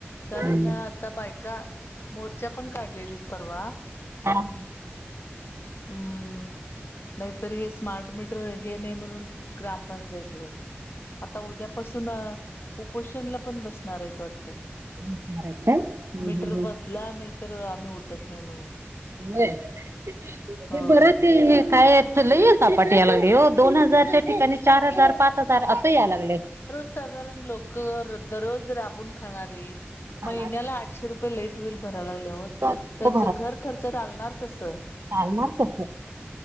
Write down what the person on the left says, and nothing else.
कारण
आता बायका मोर्च्या पण काढलेलीत परवा
हम्म नाहीतर हे स्मार्ट मीटर हे नाही म्हणून ग्रामपंचायतीवर आता उद्यापासून उपोषणला पण बसणार आहेत वाटतं.
मीटर
बसला नाही तरर आम्ही उठत नाही म्हणून
होय
साधारण लोक दररोज राबून खाणारे
महिन्याला आठशे रुपये लेट बिल भरायला लागल्यावर
त्यांचं घर खर्च चालणार कसं